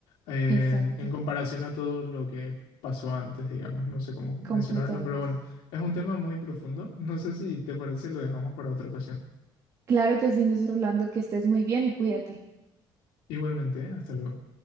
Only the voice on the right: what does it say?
exacto.
completamente.
Claro que sí, Inés Rolando, que estés muy bien y cuídate.